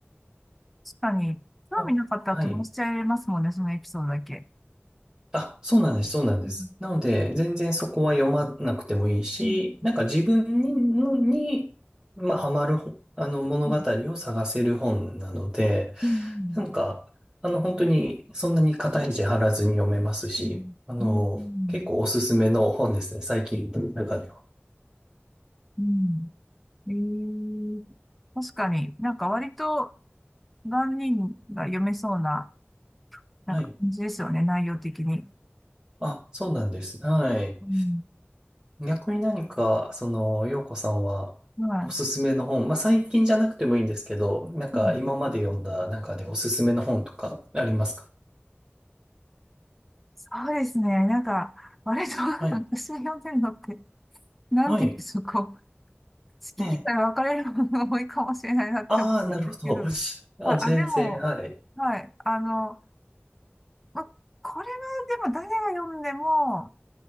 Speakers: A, in the centre; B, on the right (about 20°).
A: 確かに、興味なかったら飛ばしちゃいますもんね、
B: あはい。
A: そのエピソードだけ。
B: あ、そうなんです、そうなんです。
A: うん、
B: なので、全然そこは読まなくてもいいし、
A: うん、
B: なんか自分に、のにまあ、ハマる本、あの、物語を探せる本なので、
A: うん、うん、
B: なんか、あの、本当に、そんなに肩肘張らずに読めますし、
A: うん、
B: あの、
A: うん、
B: 結構おすすめの本ですね、最近の中では。
A: うん。うんええ確かになんか割と万人が読めそうな、なんか感じですよね、
B: はい。
A: 内容的に。
B: あ、そうなんです。はい。
A: うん、
B: 逆に何か、その、洋子さんは、
A: はい。
B: おすすめの本、まあ、最近じゃなくてもいいんですけど、なんか、
A: うん
B: 今まで読んだ中でおすすめの本とか、ありますか
A: そうですね。なんか、割と、なんか私が読んでるのって、
B: はい。
A: なんていうんでしょう、
B: はい。
A: こう、好き嫌い分かれるものが多いかもしれないなって思うんですけど。
B: ええ。ああ、なるほど。あ、
A: あ、
B: 全然、
A: あ、でも、
B: はい。
A: はい。あの、ま、これはでも誰が読んでも、